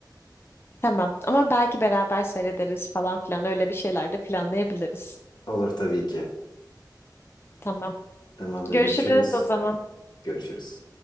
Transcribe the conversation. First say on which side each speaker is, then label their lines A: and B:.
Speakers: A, on the left; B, on the left.
A: Tamam ama belki beraber seyrederiz falan filan öyle bir şeyler de planlayabiliriz.
B: Olur tabii ki.
A: Tamam.
B: Tamamdır,
A: Görüşürüz
B: görüşürüz.
A: o zaman.
B: Görüşürüz.